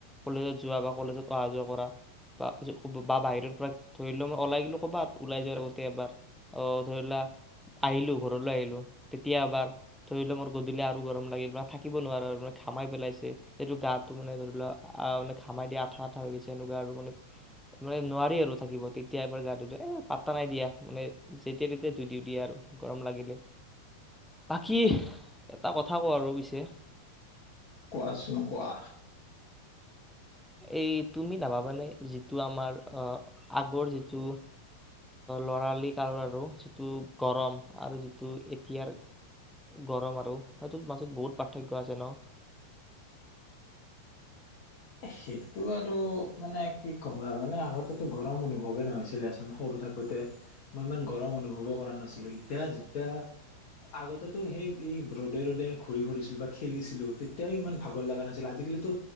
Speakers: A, in the centre; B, on the left (about 45°).
A: কলেজত যোৱা বা কলেজত অহা যোৱা কৰা বা বা বাহিৰৰ পৰা ধৰিোৱা ম ওলাই গিলো ক'বাত ওলাই যা আৰু গোটেই এবাৰ ধৰিলা আহিলো। ঘৰলৈ আহিলো তেতিয়া এবাৰ ধৰি লোৱা মোৰ গধূলি আৰু গৰম লাগিল মানে থাকিব নোৱাৰো আৰু মানে ঘামাই পেলাইছে সেইটো গাটো মানে ধৰি লোৱা আহ মানে ঘামাই দিয়া আঠা আঠা হৈ গৈছে এনেকুৱা আৰু মানে মানে নোৱাৰি আৰু থাকিব তেতিয়া এবাৰ গাটো এ পাতা নাই দিয়া মানে যেতিয়া তেতিয়া ধুই দি দিয়া আৰু গৰম লাগিলে, বাকী এটা কথা কওঁ আৰু পিছে
B: কোৱোচোন‌ কোৱো
A: এই তুমি নাভাবানে যিটো আমাৰ আগৰ যিটো লৰালি কালৰ আৰু যিটো গৰম আৰু যিটো এতিয়াৰ গৰম আৰু সেইটো মাজত বহুত পাৰ্থক্য আছে ন।
B: সেইটো আৰু মানে কি কবা মানে আগতেটো গৰম অনুভৱে নহৈছিলেচোন সৰু থাকোতে, মই ইমান গৰম অনুভৱে কৰা নাছিলো।, এতিয়া যেতিয়া, আগতেটো সেই এই ৰ'দে ৰ'দে ঘূৰি ফুৰিছিল বা খেলিছিলো তেতিয়াও ইমান ভাগৰ লগা নাছিল আজিকালিতো